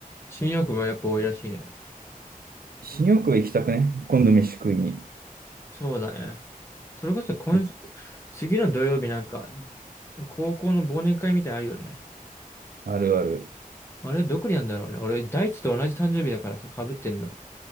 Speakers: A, on the left; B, on the right.
A: 新大久保やっぱ多いらしいね。
B: 新大久保行きたくね今度飯食いに。
A: そうだね。それこそ今週、
B: で
A: 次の土曜日なんか、高校の忘年会みたいなのあるよね。
B: あるある。
A: あれ、どこにあるんだろうね。俺、大地と同じ誕生日だからさ、被ってんの。